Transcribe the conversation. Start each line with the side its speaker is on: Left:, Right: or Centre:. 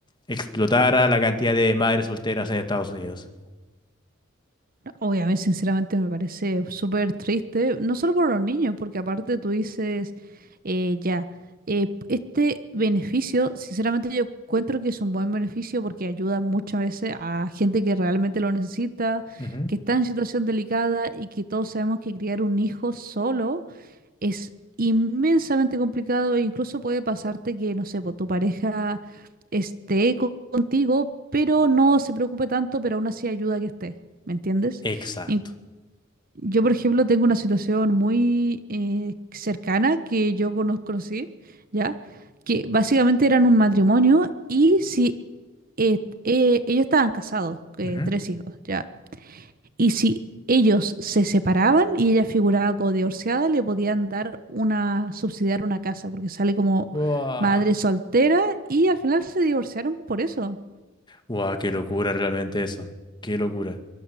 Left: explotara la cantidad de madres solteras en Estados Unidos.
Right: Obviamente, sinceramente, me parece súper triste, no solo por los niños, porque aparte tú dices, eh, ya, eh, este beneficio, sinceramente yo encuentro que es un buen beneficio porque ayuda muchas veces a gente que realmente lo necesita,
Left: Ujú,
Right: que está en situación delicada y que todos sabemos que criar un hijo solo es inmensamente complicado e incluso puede pasarte que, no sé, po, tu pareja esté co- contigo, pero no se preocupe tanto, pero aún así ayuda a que esté, ¿me entiendes?
Left: Exacto.
Right: En- yo, por ejemplo, tengo una situación muy eh, cercana que yo cono- conocí, ¿ya? Que básicamente eran un matrimonio y si eh, eh, ellos estaban casados, eh,
Left: ujú.
Right: tres hijos, ¿ya? Y si ellos se separaban y ella figuraba como divorciada, le podían dar una, subsidiar una casa, porque sale como
Left: Guau.
Right: madre soltera y al final se divorciaron por eso.
Left: Guau, qué locura realmente eso. Qué locura.